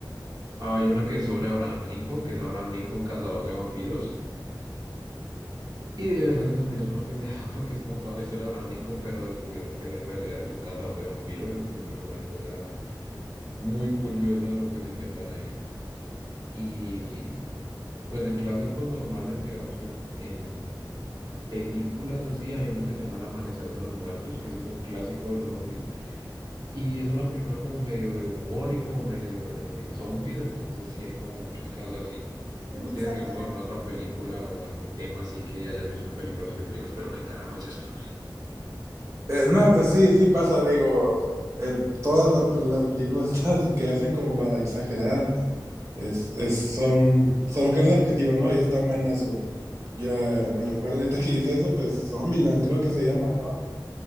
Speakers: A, on the right; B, on the right.
A: Hay una que es sobre Abraham Lincoln, que es Abraham Lincoln, cazador de vampiros. Y de verdad que también es una pendeja <laughs> porque es como toda la historia de Abraham Lincoln, pero descubriendo que él en realidad es un cazador de vampiros. Entonces es una cosa muy curiosa lo que se inventan ahí. Y pues en clásicos normales, digamos que en, en películas así, hay una que se llama El Amanecer de los Muertos, que ese es un clásico de los zombies Y es una película como medio de humor y como medio de zombies, entonces sí hay como muchos casos así. ¿No
B: Alexa,
A: tienes, digamos,
B: para.
A: alguna otra película o algún tema así que hayas visto en películas que tú digas, pero qué carajo es esto?
B: eh, no, pues sí, sí pasa, digo, eh, todas las, las películas <laughs> estas que hacen como para exagerar Es, es, son, son carnes objetivas, ¿no? Y están buenas, güey. Yo eh, me recuerdo ahorita que hice eso, pues Zombieland creo que se llama, ¿no?